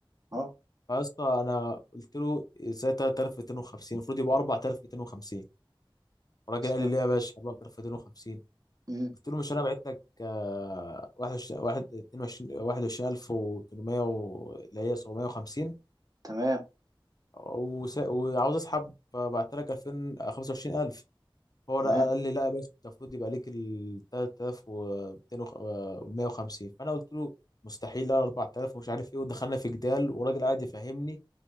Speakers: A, on the right; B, on the left.
A: اه
B: فاسطى انا قلت له ازاي 3250 المفروض يبقى 4250 الراجل
A: تمام
B: قال لي ليه يا باشا 4250
A: مم،
B: قلت له مش انا بعت لك آه، 21 واحد- 22 21800 و- اللي هي 750
A: تمام
B: وس- وعاوز اسحب بعت لك 2000 25000 هو
A: تمام
B: لا- قال لي لا يا باشا أنت المفروض يبقى ليك ال 3250 فانا قلت له مستحيل لا 4000 ومش عارف ايه ودخلنا في جدال وراجل قاعد يفهمني